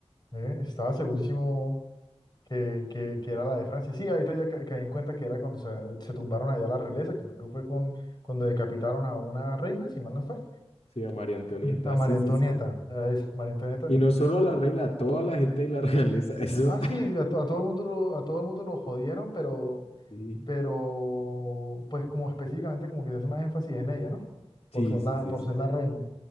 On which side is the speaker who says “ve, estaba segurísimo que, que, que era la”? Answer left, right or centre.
Left